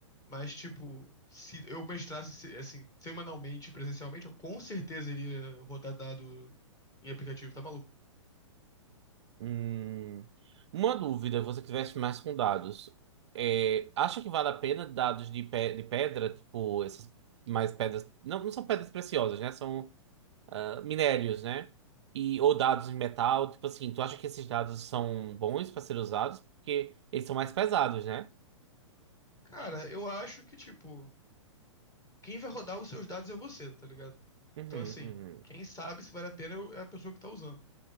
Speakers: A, on the left; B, on the right.
A: Mas, tipo, se eu mestrasse se- assim, semanalmente, presencialmente, eu com certeza iria rodar dado em aplicativo, tá maluco?
B: Hum, uma dúvida, você que tivesse mais com dados, é, acha que vale a pena dados de, pe de pedra, tipo essas mais pedras, não, não são pedras preciosas, né? São ah, minérios, né? E ou dados em metal, tipo assim, tu acha que esses dados são bons para ser usados porque eles são mais pesados, né?
A: Cara, eu acho que, tipo, quem vai rodar os seus dados é você, tá ligado?
B: Uhum,
A: Então, assim,
B: uhum,
A: quem sabe se vale a pena é é a pessoa que tá usando.